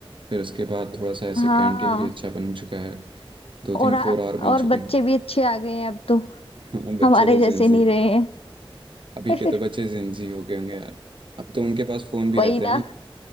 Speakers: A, on the right; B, on the left.
A: फिर उसके बाद थोड़ा सा ऐसे
B: हाँ
A: कैंटीन भी अच्छा बन चुका है दो
B: और
A: तीन फ्लोर और बन
B: और
A: चुके
B: बच्चे
A: हैं
B: भी अच्छे आ गए हैं अब तो
A: <laughs> हाँ, बच्चे
B: हमारे
A: तो
B: जैसे
A: जेंजी
B: नहीं रहे हैं
A: अभी
B: <laughs>
A: के तो बच्चे जेंजी हो गए होंगे यार अब तो उनके पास फोन भी
B: वही
A: रहते हैं
B: ना
A: ना